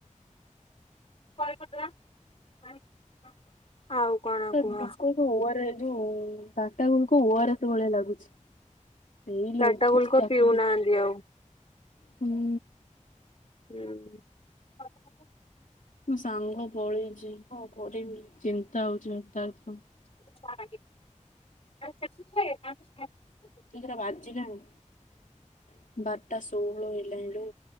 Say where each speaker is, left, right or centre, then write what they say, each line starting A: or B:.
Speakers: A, on the left (about 50°); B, on the left (about 75°).
A: <unintelligible> କୁହ
B: ଗ୍ଲୁକୋଜ ଓର ଯୋଉଟ ଟାଟା ଗୁ ଓରସ୍ ଭଳିଆ ଲାଗୁଛି। ଏଇ ଲୋ
A: ଟାଟା ଗୁଲକ
B: ତାକୁ
A: ପିଉନାହାନ୍ତି
B: ଦେଖି
A: ଆଉ
B: ହୁଁ।
A: ହୁଁ। <inaudible>
B: ମୁଁ ସାଙ୍ଗ ପଳେଇଛି ହଁ କରିବି ଚିନ୍ତା ହଉଛି ତାର
A: <unintelligible>
B: କେତିଟା ବାଜିଲାଣି ବାରଟା ଷୋହଳ ହେଲାଣିଲୋ।